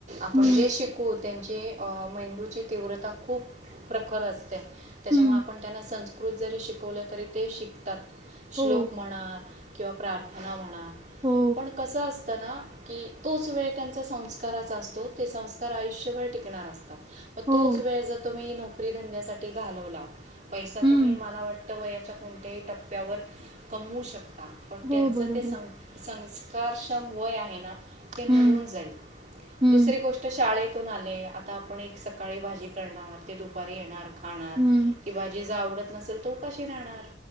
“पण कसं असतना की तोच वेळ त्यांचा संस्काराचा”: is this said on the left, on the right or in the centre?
Right